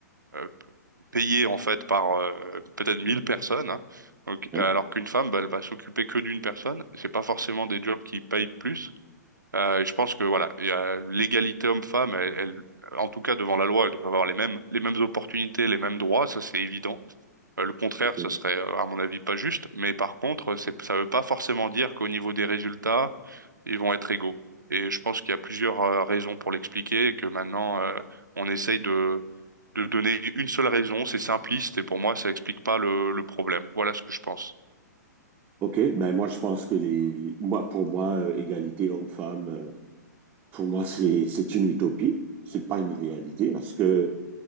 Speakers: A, on the right; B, on the right.
A: euh, payé en fait par euh, peut-être mille personnes. hein. Donc,
B: ouais,
A: alors qu'une femme, bah, elle va s'occuper que d'une personne. C'est pas forcément des jobs qui payent plus. Euh, et je pense que voilà, il y a l'égalité homme-femme, elle, elle- en tout cas devant la loi, elle doit avoir les mêmes, les mêmes opportunités, les mêmes droits, ça c'est évident. Euh, le contraire,
B: ok.
A: ça serait euh, à mon avis pas juste, mais par contre, c'est, ça veut pas forcément dire qu'au niveau des résultats, ils vont être égaux. Et je pense qu'il y a plusieurs euh, raisons pour l'expliquer, et que maintenant euh, on essaye de de donner une seule raison, c'est simpliste, et pour moi ça explique pas le, le problème. Voilà ce que je pense.
B: Ok, ben moi je pense que les moi pour moi euh, égalité homme-femme euh, pour moi c'est c'est une utopie, c'est pas une réalité parce que